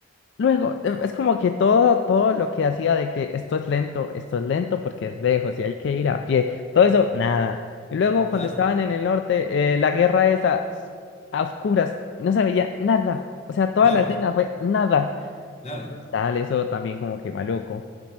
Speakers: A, on the left; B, on the left.
A: Luego, e- es como que todo, todo lo que hacía de que esto es lento, esto es lento porque es lejos y hay que ir a pie, todo eso, nada. Y luego cuando
B: claro,
A: estaban en el norte, eh, la guerra esa, s- a oscuras, y no se veía nada. O sea, toda
B: claro,
A: la escena fue nada.
B: claro,
A: Entonces, Tal, eso también como que maluco.